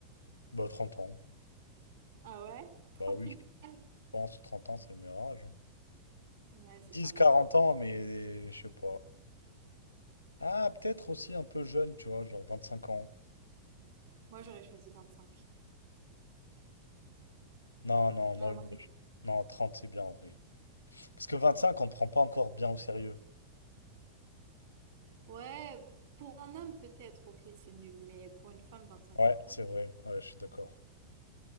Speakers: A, on the left (about 80°); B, on the right (about 60°).
A: Bah, 30 ans.
B: Ah ouais? 30
A: Bah oui,
B: pile
A: je
B: poil?
A: pense 30 ans, c'est le meilleur âge. hein.
B: Ouais, c'est
A: Ils disent
B: pas mal.
A: 40 ans, mais je sais pas. Ah, peut-être aussi un peu jeune, tu vois, genre 25 ans.
B: Moi, j'aurais choisi 25.
A: Non, non, moi,
B: Ah, moi-
A: je- non, 30 c'est bien en vrai. Parce que 25, on ne te prend pas encore bien au sérieux.
B: Ouais, pour un homme, peut-être, ok, c'est nul, mais pour une femme, 25
A: Ouais,
B: c'est bien.
A: c'est vrai. Ouais, je suis d'accord.